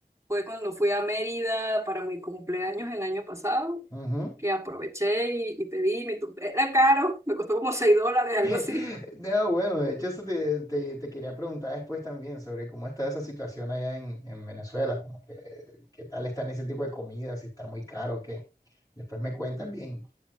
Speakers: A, on the right (about 15°); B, on the left (about 20°).
A: Fue cuando fui a Mérida para mi cumpleaños el año pasado,
B: Ujú.
A: que aproveché y, y pedí mi tu- Era caro, me costó como 6 dólares, algo
B: <laughs>
A: así.
B: No, bueno, de hecho eso te, te- te quería preguntar después también sobre cómo está esa situación allá en, en Venezuela, como que, qué tal están ese tipo de comidas, si está muy caro o qué. Después me cuentan bien.